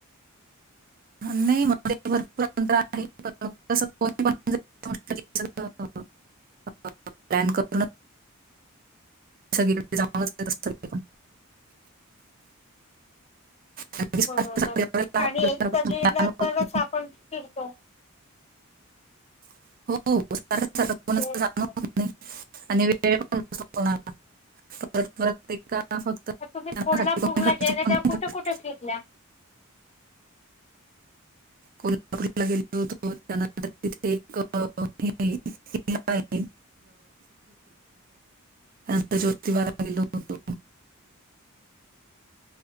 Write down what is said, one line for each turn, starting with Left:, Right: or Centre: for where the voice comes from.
Right: <unintelligible> <unintelligible> <unintelligible> कारण की सारखं
Left: बरोबर
Right: सारखं एवढ्या लांब आपल्याला
Left: आणि एकदा
Right: घरापासून
Left: गेलं
Right: जाणं होत
Left: तरच
Right: नाही.
Left: आपण फिरतो.
Right: <unintelligible>
Left: तेच तर.
Right: <unintelligible>
Left: तुम्ही
Right: जाण्यासाठी
Left: कोल्हापूरला
Right: कोणी खर्च
Left: गेलेल्या
Right: पण
Left: तेव्हा
Right: नाही
Left: कुठं
Right: करत.
Left: कुठे फिरल्या <inaudible>
Right: कोल्हापूरला गेल होतो त्यानंतर तिथे <unintelligible> त्यांच ज्योतिबाला गेलो होतो.
Left: <inaudible>